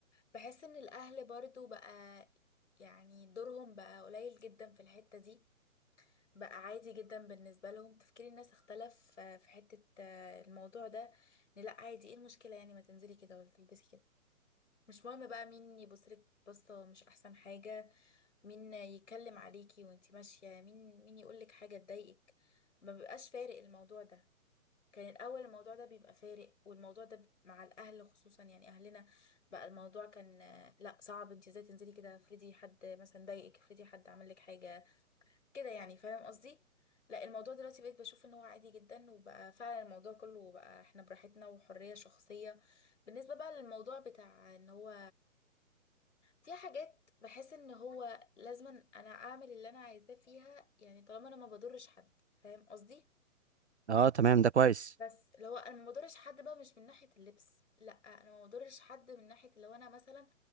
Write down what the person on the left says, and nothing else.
بحس ان الاهل برضو بقى يعني دورهم بقى قليل جدا في الحته دي بقى عادي جدا بالنسبه لهم تفكير الناس اختلف آه، في حته آه، الموضوع ده إن لا عادي ايه المشكله يعني ما تنزلي كده ولا تلبسي كده مش مهم بقى مين يبصلك بصة مش أحسن حاجة مين يتكلم عليكي وانتي ماشية مين مين يقولك حاجة تضايقك ما بيبقاش فارق الموضوع ده كان الأول الموضوع ده بيبقى فارق والموضوع ده ب- مع الأهل خصوصا يعني أهلنا بقى الموضوع كان آه، لا صعب انتي ازاي تنزلي كده افرضي حد مثلا ضايقك افرضي حد عمل لك حاجة كده يعني فاهم قصدي لا الموضوع دلوقتي بقيت بشوف ان هو عادي جدا وبقى فعلا الموضوع كله بقى احنا براحتنا وحرية شخصية بالنسبة بقى للموضوع بتاع ان هو في حاجات بحس ان هو لازما انا اعمل اللي انا عايزاه فيها يعني طالما انا ما بضرش حد فاهم قصدي
بس اللي هو انا ما بضرش حد بقى مش من ناحية اللبس لا انا ما بضرش حد من ناحية لو انا مثلا